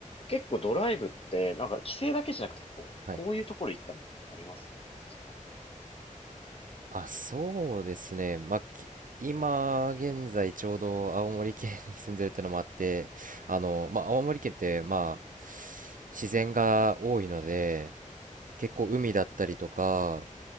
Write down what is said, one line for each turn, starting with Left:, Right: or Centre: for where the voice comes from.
Left: 結構ドライブって、なんか規制だけじゃなくて、こう、
Right: はい。
Left: こういうところ行ったみたいなのってありますそ
Right: あ、そうですね。まあ、き今、現在、ちょうど青森県に住んでるってのもあって、あの、まあ、青森県って、まあ、自然が多いので、結構海だったりとか、